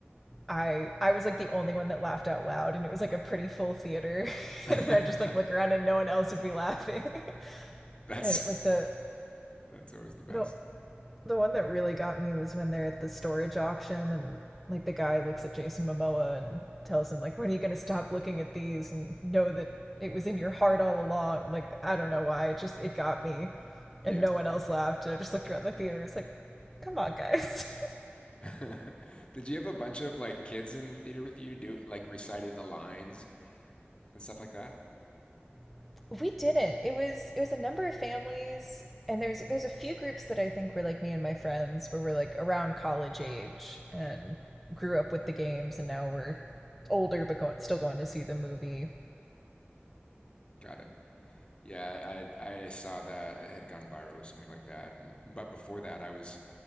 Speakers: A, in the centre; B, on the left.
A: I I was like the only one that laughed out loud, and it was like a pretty full theater. <laughs>
B: Minecraft,
A: and I just like look around and no one else would be laughing.
B: <laughs>
A: <laughs>
B: that's
A: and like the
B: that's always the best.
A: the the one that really got me was when they're at the storage auction and like the guy looks at Jason Momoa and tells him like when are you going to stop looking at these and know that it was in your heart all along like I don't know why it just it got me
B: Yeah.
A: and no one else laughed and I just looked around the theater it's like come on guys
B: <laughs> Did you have a bunch of like kids in the theater with you do like reciting the lines and stuff like that?
A: <laughs> we didn't it was it was a number of families and there's there's a few groups that I think were like me and my friends where we're like around college age and grew up with the games and now we're older but going, still going to see the movie
B: Got it. Yeah, I I saw that it had gone viral or something like that. And but before that, I was